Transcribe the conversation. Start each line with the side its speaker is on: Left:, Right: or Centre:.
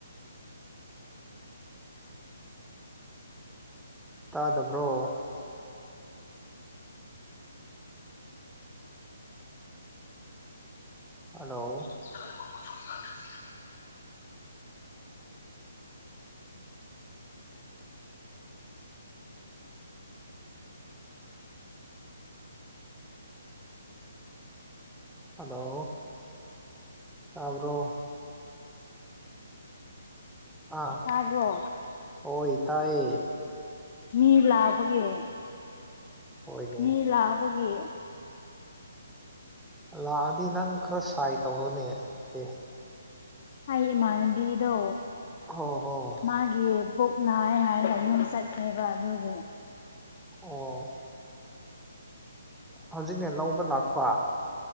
Centre: ꯇꯥꯗꯕ꯭ꯔꯣ ꯍꯜꯂꯣ
Left: <inaudible>
Centre: ꯍꯜꯂꯣ ꯇꯥꯕ꯭ꯔꯣ ꯑꯥ
Left: ꯇꯥꯕ꯭ꯔꯣ
Centre: ꯍꯣꯏ ꯇꯥꯌꯦ
Left: ꯃꯤ ꯂꯥꯛꯄꯒꯤ ꯍ
Centre: ꯍꯣꯏꯅꯦ
Left: ꯃꯤ ꯂꯥꯛꯄꯒꯤ
Centre: ꯂꯥꯛꯑꯗꯤ ꯅꯪ ꯈꯔ ꯁꯥꯏ ꯇꯧꯔꯣꯅꯦ ꯑꯦ
Left: ꯑꯩ ꯏꯃꯥꯅꯕꯤꯗꯣ
Centre: ꯍꯣ ꯍꯣ ꯍꯣ
Left: ꯃꯥꯒꯤ ꯄꯨꯛ ꯅꯥꯏꯌꯦ ꯍꯥꯏꯔꯒ ꯌꯨꯝ ꯆꯠꯈ꯭ꯔꯦꯕ ꯑꯗꯨꯒꯤ
Centre: ꯑꯣ ꯍꯧꯖꯤꯛꯅꯦ ꯂꯧꯕ ꯂꯥꯛꯄ